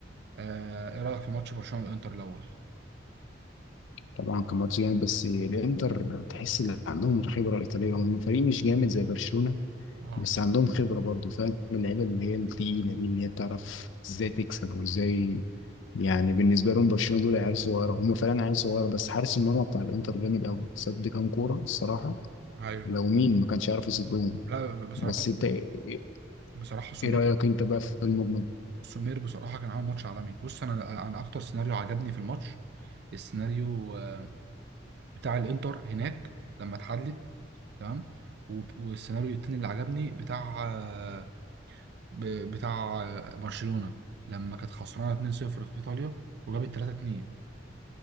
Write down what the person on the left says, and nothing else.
طبعا كان ماتش جامد بس الانتر تحس ان عندهم الخبره الايطاليه هم فريق مش جامد زي برشلونه
بس عندهم خبرة برضو فاهم اللعيبة اللي هي التقيلة دي اللي هي بتعرف ازاي تكسب وازاي يعني بالنسبة لهم برشلونة دول عيال صغيرة هم فعلا عيال صغيرة بس حارس المرمى بتاع الانتر جامد قوي صد كام كورة الصراحة
لو مين ما كانش عارف يصدهم
بس انت ايه
إيه رأيك انت بقى في المجمل؟